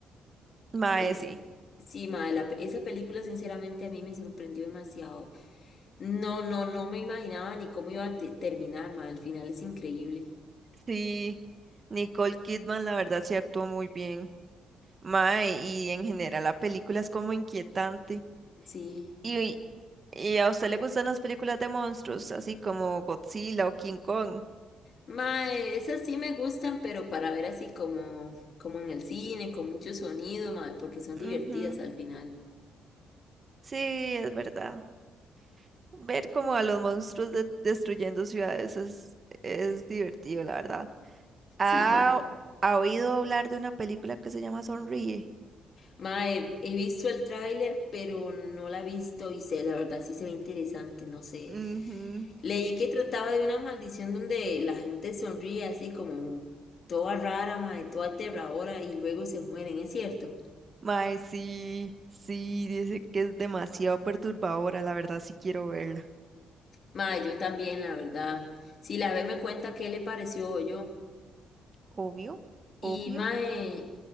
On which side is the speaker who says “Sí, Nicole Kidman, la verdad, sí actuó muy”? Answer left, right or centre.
Right